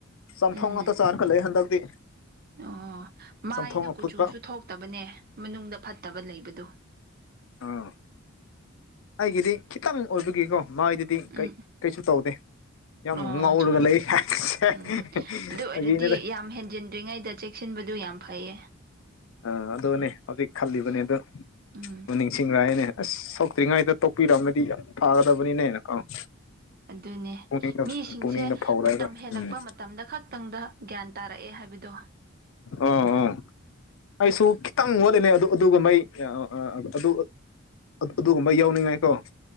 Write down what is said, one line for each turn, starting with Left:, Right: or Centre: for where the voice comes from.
Left: ꯆꯝꯊꯣꯡ
Right: ꯎꯝ
Left: ꯉꯥꯛꯇ ꯆꯥꯔꯒꯥ ꯂꯩ ꯍꯟꯗꯛꯇꯤ
Right: ꯑꯣ ꯃꯥꯏꯗꯨ
Left: ꯆꯝꯊꯣꯡ ꯑꯐꯨꯠꯄ
Right: ꯀꯨꯆꯨꯁꯨ ꯊꯣꯛꯇꯕꯅꯦ ꯃꯅꯨꯡꯗ ꯐꯠꯇꯕ ꯂꯩꯕꯗꯨ
Left: ꯑꯥ ꯑꯩꯒꯤꯗꯤ ꯈꯤꯇꯪ ꯑꯣꯏꯕꯒꯤꯀꯣ ꯃꯥꯏꯗꯗꯤ
Right: ꯎꯝ
Left: ꯀꯩ ꯀꯩꯁꯨ ꯇꯧꯗꯦ ꯌꯥꯝ
Right: ꯑꯣ
Left: ꯉꯧꯔꯒ
Right: ꯆꯣ
Left: ꯂꯩ ꯐꯥꯒꯤ
Right: ꯎꯝ ꯑꯗꯨ ꯑꯣꯏꯔꯗꯤ
Left: ꯅꯠꯇꯦ
Right: ꯌꯥꯝ ꯍꯦꯟꯖꯤꯟꯗ꯭ꯔꯤꯉꯩꯗ ꯆꯦꯛꯁꯤꯟꯕꯗꯨ ꯌꯥꯝ ꯐꯩꯌꯦ
Left: ꯑꯥ ꯑꯗꯨꯅꯦ ꯍꯧꯖꯤꯛ ꯈꯜꯂꯤꯕꯅꯦ ꯑꯗꯣ
Right: ꯎꯝ
Left: ꯗꯨ ꯅꯤꯡꯁꯤꯡꯔꯑꯦꯅꯦ ꯑꯁ ꯁꯣꯛꯇ꯭ꯔꯤꯉꯩꯗ ꯇꯣꯛꯄꯤꯔꯝꯃꯥꯗꯤ ꯌꯥꯝ ꯐꯥꯒꯗꯕꯅꯤꯅꯦꯅ ꯀꯣ <inaudible>
Right: ꯑꯗꯨꯅꯦ
Left: ꯄꯨꯛꯅꯤꯡꯗ
Right: ꯃꯤꯁꯤꯡꯁꯦ
Left: ꯄꯨꯛꯅꯤꯡꯗ ꯐꯥꯎꯔꯛꯑꯒ
Right: ꯃꯇꯝ ꯍꯦꯜꯂꯛꯄ
Left: ꯎꯝ
Right: ꯃꯇꯝꯗ ꯈꯛꯇꯪꯗ ꯒ꯭ꯌꯥꯟ ꯇꯥꯔꯛꯑꯦ ꯍꯥꯏꯕꯗꯣ
Left: ꯑ ꯑ ꯑꯩꯁꯨ ꯈꯤꯇꯪ ꯋꯥꯠꯂꯤꯅꯦ ꯑꯗꯨ ꯑꯗꯨꯒꯨꯝꯕꯩ ꯑꯗꯨ ꯑꯗꯨꯒꯨꯝꯕꯩ ꯌꯥꯎꯅꯤꯡꯉꯥꯏ ꯀꯣ